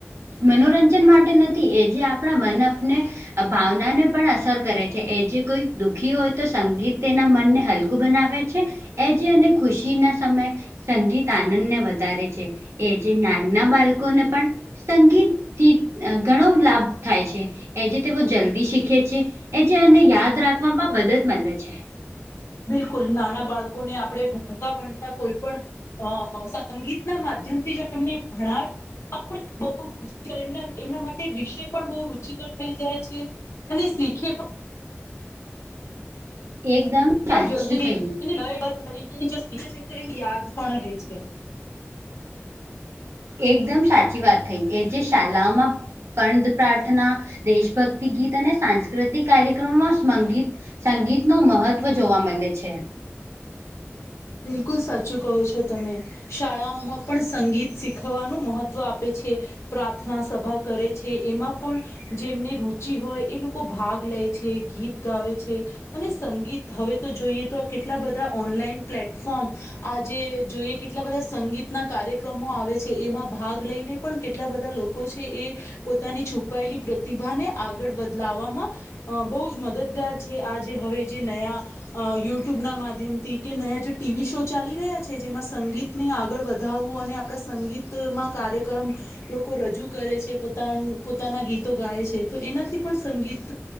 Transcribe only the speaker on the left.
બિલકુલ નાના બાળકોને આપણે ભણતા ભણતા કોઈ પણ અ સંગીત ના માધ્યમથી જો તમને ભણાવ બ એમ એમના માટે વિષય પણ બહુ રુચિકર થઈ જાય છે. અને શીખે પણ
પણ જલ્દી
એ તરીકેી છે એ યાદ પણ રહે છે.
બિલકુલ સાચું કહો છો તમે શાળાઓમાં પણ સંગીત શીખવવાનું મહત્વ આપે છે. પ્રાર્થના સભા કરે છે એમાં પણ જેમને રુચિ હોય એ લોકો ભાગ લે છે ગીત ગાવે છે. અને સંગીત હવે તો જોઈએ તો આ કેટલા બધા ઓનલાઈન પ્લેટફોર્મ આજે જોઈએ કેટલા બધા સંગીતના કાર્યક્રમો આવે છે એમાં ભાગ લઈને પણ કેટલા બધા લોકો છે એ પોતાની છુપાયેલી પ્રતિભા ને આગળ બદલાવામાં અ બહુ જ મદદગાર છે આજે હવે જે નયા યુટ્યુબ ના માધ્યમથી કે નયા જે ટીવી શો ચાલી રહ્યા છે જેમાં સંગીતને આગળ વધાવવું અને આપણા સંગીત માં કાર્યક્રમ લોકો રજૂ કરે છે પોતા પોતાના ગીતો ગાય છે તો એનાથી પણ સંગીત